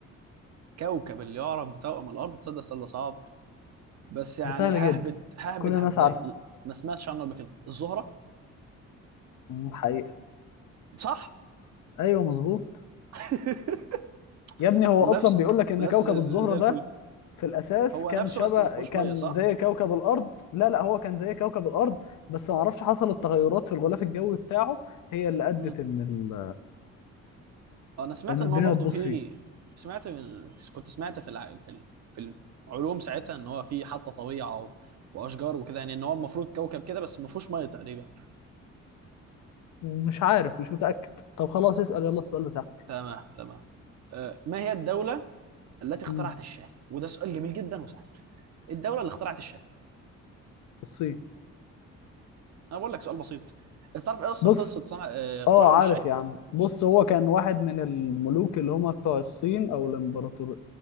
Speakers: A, on the right; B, on the left.
A: كوكب اللي يعرف بتوأم الارض تصدق سؤال ده صعب بس يعني
B: ده سهل
A: ههبد
B: جدا
A: ههبد
B: كل الناس
A: هبدايه
B: عارفه
A: ما سمعتش عنه قبل كده الزهره
B: مم، حقيقة
A: صح
B: ايوه مظبوط
A: <laughs>
B: يا ابني هو
A: منافس
B: اصلا بيقول لك ان
A: منافس
B: كوكب
A: زي
B: الزهرة
A: زي
B: ده
A: الفل
B: في الاساس
A: هو
B: كان
A: نفسه
B: شبه
A: بس ما فيهوش
B: كان
A: ميه صح
B: زي كوكب الارض لا لا هو كان زي كوكب الارض بس ما اعرفش حصلت تغيرات في الغلاف الجوي بتاعه هي اللي ادت
A: امم
B: ان ال...
A: انا سمعت
B: ان الدنيا
A: ان هو برضه
B: تبوظ
A: في
B: فيه
A: سمعت من... كنت سمعت في الع... في ال... في العلوم ساعتها ان هو في حتى طبيعه و... واشجار وكده يعني ان هو المفروض كوكب كده بس ما فيهوش ميه تقريبا
B: مش عارف مش متأكد طب خلاص اسأل يلا السؤال بتاعك
A: تمام تمام آه، ما هي الدوله التي اخترعت
B: مم،
A: الشاي وده سؤال جميل جدا وسهل الدوله اللي اخترعت الشاي
B: الصين
A: انا بقول لك سؤال بسيط انت تعرف ايه اصلا
B: بص
A: قصه صنع آه، اختراعهم
B: اه عارف
A: للشاي
B: يا عم بص هو كان واحد من الملوك اللي هم بتوع الصين او الامبراطور